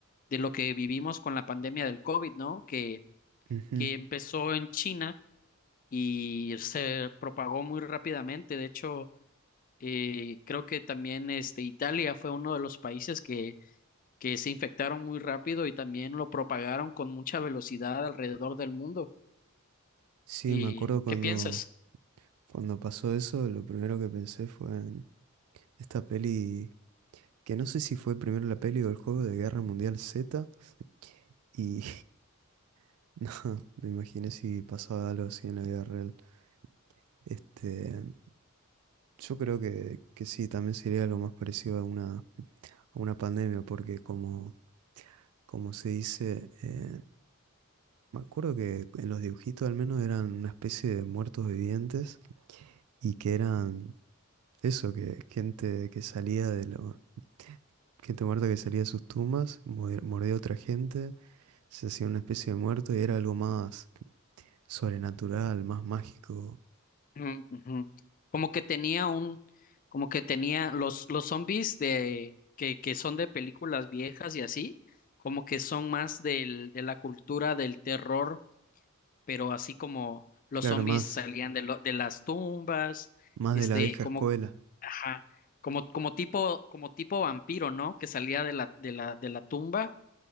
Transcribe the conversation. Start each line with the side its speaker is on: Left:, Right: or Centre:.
Left: de lo que vivimos con la pandemia del COVID, ¿no? Que,
Right: ujú.
Left: que empezó en China y se propagó muy rápidamente. De hecho, eh, creo que también este, Italia fue uno de los países que, que se infectaron muy rápido y también lo propagaron con mucha velocidad alrededor del mundo.
Right: Sí,
Left: ¿Y
Right: me acuerdo cuando,
Left: qué piensas?
Right: cuando pasó eso, lo primero que pensé fue en esta peli, que no sé si fue primero la peli o el juego de Guerra Mundial Z, y <laughs> no, me imaginé si pasaba algo así en la vida real. Este, Yo creo que, que sí, también sería lo más parecido a una, a una pandemia, porque como, como se dice, eh, me acuerdo que en los dibujitos al menos eran una especie de muertos vivientes y que eran eso, que gente que salía de lo, gente muerta que salía de sus tumbas, morde- mordía a otra gente, se hacía una especie de muerto y era algo más sobrenatural, más mágico,
Left: Ujú, ujú. Como que tenía un, como que tenía los, los zombies de, que, que son de películas viejas y así, como que son más del, de la cultura del terror, pero así como los
Right: claro,
Left: zombies
Right: más,
Left: salían de, lo- de las tumbas,
Right: más
Left: este,
Right: de la vieja
Left: como
Right: escuela,
Left: Ajá, como, como tipo, como tipo vampiro, ¿no? Que salía de la, de la, de la tumba,